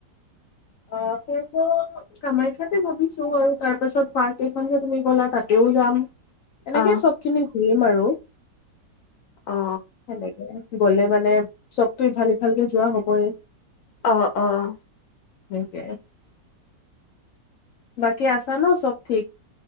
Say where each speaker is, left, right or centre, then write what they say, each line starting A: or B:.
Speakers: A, on the left (about 85°); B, on the left (about 60°).
A: অ', ফুৰিব কামাখ্যাতে ভাবিছোঁ আৰু তাৰপাছত পাৰ্ক কেইখন যে তুমি গ'লা তাতেও যাম। এনেকে
B: অ
A: চব খিনি ঘূৰিম আৰু।
B: অ
A: সেনেকে। গ'লে মানে চবতো ইফাল সিফালকে যোৱা হ'বই।
B: অ', অ'।
A: <unintelligible> বাকী আছা ন' চব ঠিক?